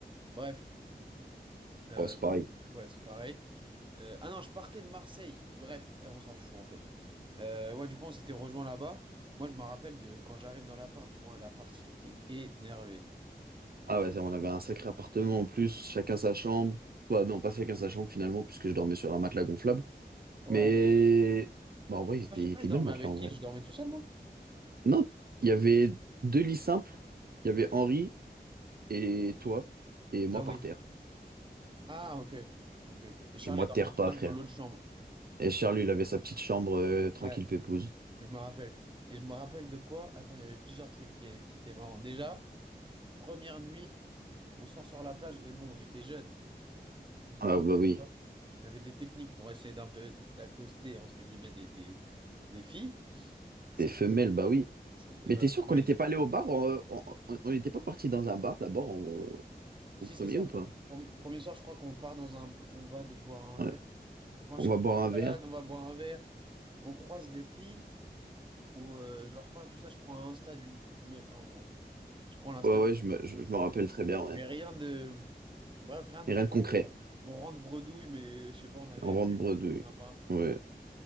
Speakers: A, on the right; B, on the right.
A: Bref, euh,
B: Ouais, c'est pareil.
A: ouais, c'est pareil. Euh, ah non, je partais de Marseille. Bref, eh, on s'en fout en fait. Euh, ouais, du coup, on s'était rejoint là-bas. Moi, je me rappelle de quand j'arrive dans l'appart, je vois l'appart, il était énervé.
B: Ah ouais, on avait un sacré appartement en plus, chacun sa chambre. Bah non, pas chacun sa chambre finalement, puisque je dormais sur un matelas gonflable.
A: Ouais.
B: Mais bah, en vrai, il était,
A: Moi, je sais
B: il
A: plus,
B: était
A: je dormais
B: bien le matelas
A: avec
B: en
A: qui?
B: vrai.
A: Je dormais tout seul, moi?
B: Non, il y avait deux lits simples. Il y avait Henri et toi, et moi
A: Ah oui.
B: par terre.
A: Ah, ok. Ok, ok. Et Charles,
B: Et moi,
A: il dormait
B: terre
A: tout
B: pas,
A: seul
B: frère.
A: dans l'autre chambre.
B: Et Charles, lui, il avait sa petite chambre euh, tranquille
A: Ouais.
B: pépouze.
A: Je me rappelle. Et je me rappelle de quoi? Attends, il y avait plusieurs trucs qui, qui étaient marrants. Déjà, première nuit, on sort sur la plage. Et bon, on était jeunes. Et Du
B: Ah
A: coup,
B: bah oui.
A: on on avait des techniques pour essayer d'un peu d'accoster, entre guillemets, des, des, des filles. C'était
B: Des femelles, bah oui.
A: c'est-
B: Mais
A: bah,
B: t'es sûr
A: femelle.
B: qu'on n'était pas
A: bon.
B: allé au bar? Euh, On on- on n'était pas parti dans un bar d'abord en-
A: Si
B: au premier
A: c'est ça,
B: ou
A: pro-
B: pas?
A: pro- premier soir, je crois qu'on part dans un... On va de boire un
B: Ouais.
A: verre. Enfin,
B: On
A: je sais
B: va
A: pas,
B: boire
A: on
B: un
A: se
B: verre.
A: balade, on va boire un verre. On croise des filles où euh, je leur parle, tout ça. Je prends un Insta d'une d'une meuf à un moment. Je prends l'Insta
B: Ouais,
A: de...
B: ouais, je me, je, je me rappelle très bien, ouais.
A: Mais rien de. Bref, rien de
B: Et
A: plus.
B: rien de concret.
A: On rentre bredouille, mais je sais pas, on avait
B: On rentre
A: bu,
B: bredouille.
A: c'était sympa.
B: Ouais.